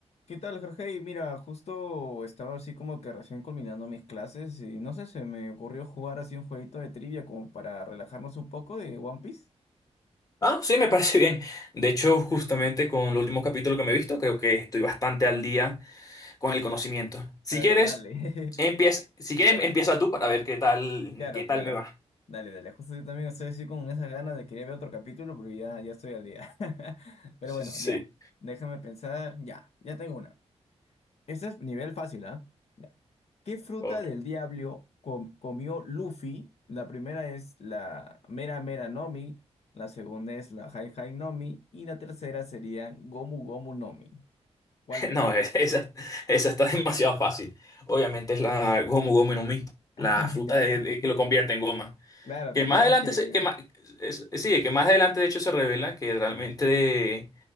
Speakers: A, on the left (about 70°); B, on the left (about 30°).
A: ¿Qué tal, Jorge? Y mira, justo estaba así como que recién culminando mis clases y no sé, se me ocurrió jugar así un jueguito de trivia como para relajarnos un poco de One Piece.
B: Ah, sí, me parece bien. De hecho, justamente con el último capítulo que me he visto, creo que estoy bastante al día con el conocimiento. Si
A: A ver,
B: quieres,
A: dale.
B: empieza, si
A: <laughs>
B: quieres,
A: Ya,
B: empieza tú para ver qué tal,
A: claro,
B: qué tal
A: claro.
B: me va.
A: Dale, dale. Justo yo también estoy así con esas ganas de querer ver otro capítulo, pero ya, ya estoy al día. <laughs> Pero
B: <laughs>
A: bueno,
B: Sí, sí,
A: ya. Déjame pensar. Ya, ya tengo una. Este es nivel fácil, ¿ah? Ya. ¿Qué fruta
B: ok.
A: del diablo com- comió Luffy? La primera es la Mera Mera Nomi, la segunda es la Hai Hai Nomi y la tercera sería Gomu Gomu Nomi. ¿Cuál
B: <laughs>
A: crees?
B: No, es- esa, esa está <laughs> demasiado fácil. Obviamente es la Gomu Gomu no Mi, la
A: <laughs>
B: fruta
A: Ya,
B: de-
A: sí,
B: de- que lo convierte en goma.
A: claro,
B: Que
A: te acuerdas
B: más adelante,
A: que
B: se- que más, es- sí, que más adelante de hecho se revela que realmente